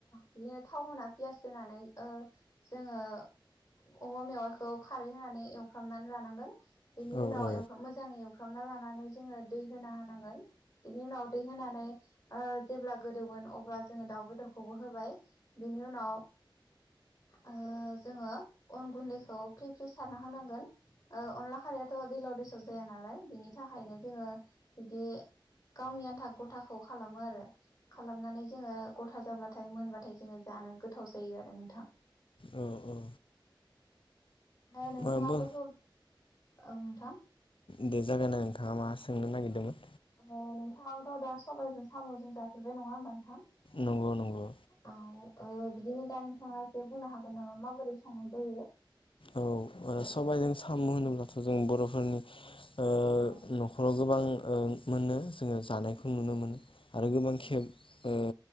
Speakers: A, on the left; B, on the left.
A: बिदिनो थाव होना पियास होनानै ओ जोङो औवा मेवाइखौ खारै होनानै एवफ्रामनानै लानांगोन। बेनि
B: औ
A: उनाव
B: औ
A: एवफ्राम मोजाङै एव फ्रामना लानानै जोङो दै होना होनांगोन। बिनि उनाव दै होनानै ओ जेब्ला गोदौगोन अब्ला जोङो दाउ बेदरखौबो हो होबाय बिनि उनाव ओ जोङो अन गुन्दैखौ फ्रि फ्रि सारना होनांगोन ओ अनला खारैयाथ' दैलाव दैसाव जाया नालाय बिनि थाखायनो जोङो बिदि गावनि आन्था गथाखौ खालामो आरो खालामनानै जोङो गथा जाबा थाय मोनबाथाय जोङो जानो गोथाव जायो आरो नोंथां।
B: औ औ
A: <unintelligible> नोंथाङाबोथ'
B: माबो
A: औ नोंथां।
B: दे जागायनाय नोंथाङा मा सोंनो नागिरदोंमोन?
A: औ ओ <unintelligible> सबाइजों साम'जों जाफेरबाय नङा होमबा नोंथां?
B: नंगौ नंगौ।
A: औ ओ बिदिनो दा नोंथाङा एसे बुंनो हागोन नामा माबोरै संनाय जायो?
B: औ सबायजों साम' होनोब्लाथ' जों बर'फोरनि ओ
A: औ
B: न'खराव गोबां ओ मोनो जोङो जानायखौ नुनो मोनो। आरो गोबां
A: औ
B: खेब ओ